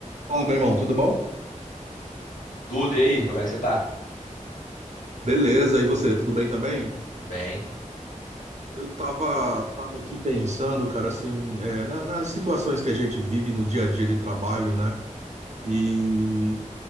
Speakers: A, on the right; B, on the left.
A: Fala, meu irmão, tudo bom?
B: Tudo, e aí, como é que você tá?
A: Beleza, e você, tudo bem também?
B: Bem,
A: Eu tava, tava aqui pensando, cara, assim, é, na- nas situações que a gente vive no dia a dia de trabalho, né? E